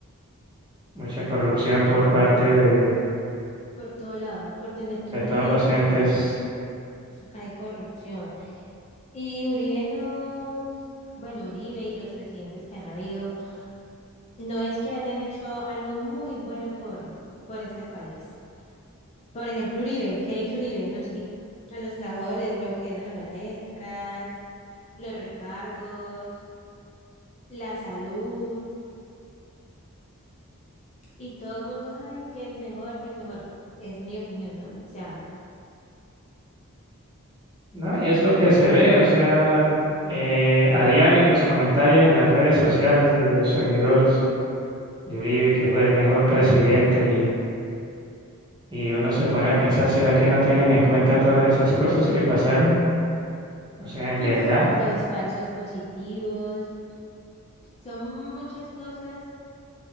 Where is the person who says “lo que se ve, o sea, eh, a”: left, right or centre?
Right